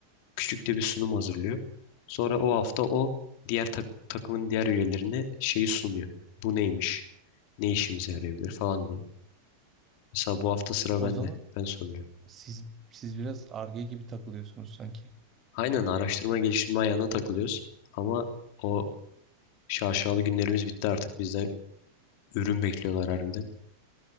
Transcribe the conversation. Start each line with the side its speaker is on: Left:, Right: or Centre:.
Left: Küçük de bir sunum hazırlıyor. Sonra o hafta o diğer tak- takımın diğer üyelerine şeyi sunuyor. Bu neymiş? Ne işimize yarayabilir falan diye. Mesela bu hafta sıra
Right: O
Left: bende.
Right: zaman
Left: Ben soruyorum.
Right: siz siz biraz ar gibi takılıyorsunuz sanki.
Left: Aynen araştırma geliştirme ayağına takılıyoruz. Ama o şaşalı günlerimiz bitti artık. Bizden ürün bekliyorlar harbiden.